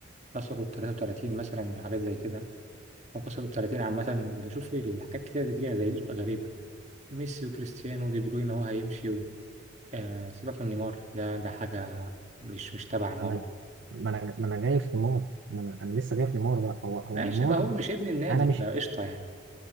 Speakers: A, on the right (about 35°); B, on the right (about 65°).
A: كسروا ال 33 مثلا وحاجات زي كده أو كسروا ال 30 عامة بشوف الحاجات كتيرة زي دي زي دي بتبقى غريبة ميسي وكريستيانو ودي بروين هو هيمشي و... آه سيبك من نيمار ده ده حاجة مش مش تبع الموضوع
B: انا ما انا ما انا جاي في نيمار ما انا, أنا لسه جاي في نيمار بقى هو هو
A: ماشي
B: نيمار
A: ما هو مش ابن النادي
B: انا مش
A: لا قشطة يعني